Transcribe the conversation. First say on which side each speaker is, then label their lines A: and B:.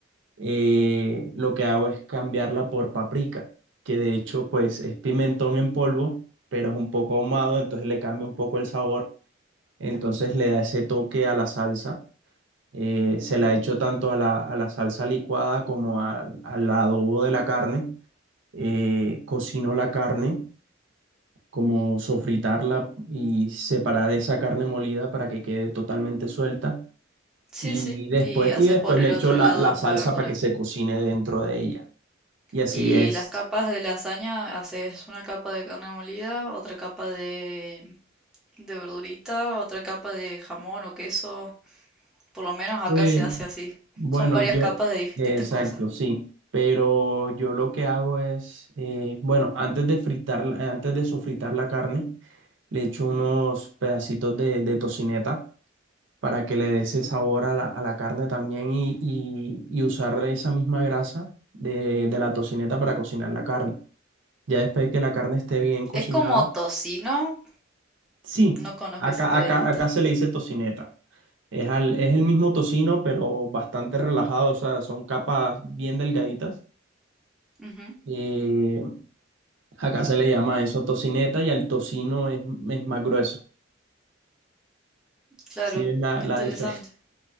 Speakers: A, on the right; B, in the centre.
A: Eh, lo que hago es cambiarla por paprika, que de hecho pues es pimentón en polvo, pero es un poco ahumado, entonces le cambia un poco el sabor, entonces le da ese toque a la salsa. Eh, se la echo tanto a la, a la salsa licuada como a- al adobo de la carne. Eh, cocino la carne como sofritarla y separar esa carne molida para que quede totalmente suelta.
B: Sí,
A: Y
B: sí,
A: después,
B: y haces
A: y después
B: por
A: le
B: el
A: echo
B: otro
A: la,
B: lado
A: la salsa
B: la verdura.
A: para que se cocine dentro de ella. Y así
B: Y
A: es.
B: las capas de lasaña, haces una capa de carne molida, otra capa de, de verdurita, otra capa de jamón o queso. Por lo menos acá
A: Pues,
B: se hace así.
A: bueno,
B: Son varias
A: yo,
B: capas de distintas
A: exacto,
B: cosas.
A: sí. Pero yo lo que hago es, eh, bueno, antes de fritar, antes de sofritar la carne, le echo unos pedacitos de, de tocineta para que le dé ese sabor a la, a la carne también y, y, y usar esa misma grasa de, de la tocineta para cocinar la carne. Ya después de que la carne esté bien cocinada,
B: Es como tocino,
A: sí,
B: no conozco
A: acá,
B: ese ingrediente.
A: acá, acá se le dice tocineta. Es, al- es el mismo tocino, pero bastante relajado, o sea, son capas bien delgaditas.
B: Ujú,
A: Eh, acá se le llama eso tocineta y al tocino es, es más grueso.
B: claro,
A: Sí, es la,
B: qué
A: la
B: interesante.
A: diferencia. <laughs>